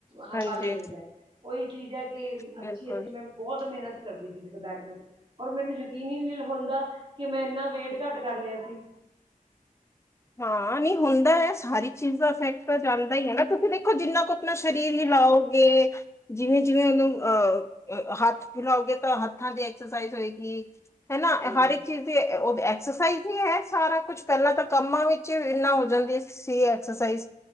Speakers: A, on the right; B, on the left.
A: ਹਾਂ
B: ਹਾਂਜੀ
A: ਫਲ ਮਿਲਦੈ। ਉਹੀ ਚੀਜ਼ ਹੈ ਕਿ
B: ਬਿਲਕੁਲ
A: ਅੱਛੀ ਅਸੀਂ ਮੈਂ ਬਹੁਤ ਮਿਹਨਤ ਕਰਦੀ ਸੀ ਜਦੋਂ ਬੈਡਮਿੰਟਨ। ਔਰ ਮੈਨੂੰ ਯਕੀਨ ਹੀ ਨਹੀਂ ਹੁੰਦਾ ਕਿ ਮੈਂ ਇੰਨਾ ਵੇਟ ਘੱਟ ਕਰ ਲਿਆ ਸੀ
B: ਹਾਂ। ਨਹੀਂ ਹੁੰਦੈ ਸਾਰੀ ਚੀਜ਼ ਦਾ ਇਫੈਕਟ ਤਾਂ ਜਾਂਦਾ ਹੀ ਹੈ ਨਾ। ਕਿਉਂਕਿ ਦੇਖੋ ਜਿੰਨਾ ਕੁ ਆਪਣਾ ਸਰੀਰ ਹੀ ਆਓਗੇ <unintelligible> ਜਿਵੇਂ-ਜਿਵੇਂ ਉਹਨੂੰ ਅ ਹੱਥ ਹਿਲਾਓਗੇ ਤਾਂ ਹੱਥਾਂ ਦੀ ਐਕਸਰਸਾਈਜ਼ ਹੋਏਗੀ ਹਨਾ।
A: ਸਹੀ ਗੱਲ
B: ਹਰ ਇੱਕ ਚੀਜ਼ ਦੇ ਉਹ ਐਕਸਰਸਾਈਜ਼ ਵੀ ਹੈ। ਸਾਰਾ ਕੁਛ ਪਹਿਲਾਂ ਤੱਕ ਕੰਮਾਂ ਵਿੱਚ ਇੰਨਾ ਹੋ ਜਾਂਦੀ ਸੀ ਐਕਸਰਸਾਈਜ਼।